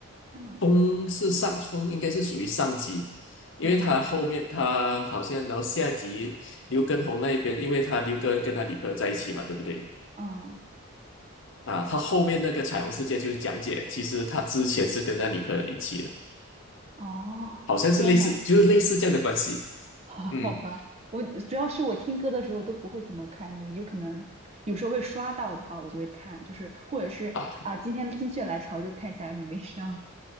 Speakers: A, on the right; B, on the left.
A: 天呐，
B: 风是上风，应该是属于上级，因为他后面他好像然后下集刘畊宏那一边，
A: 哦，
B: 因为他刘畊跟他女朋友在一起嘛，对不对？
A: 嗯，
B: 啊，他后面那个彩虹世界就是讲解，其实他之前是跟他女朋友离奇了，
A: 哦，
B: 好像是类似，
A: 天呐，
B: 就是类似这样的关系。
A: <laughs> 好好吧，
B: 嗯，
A: 我主要是我听歌的时候都不会怎么看 MV，就可能有时候会刷到的话，我就会看，就是或者是啊、
B: 啊
A: 今天心血来潮就看一下 MV 这样子。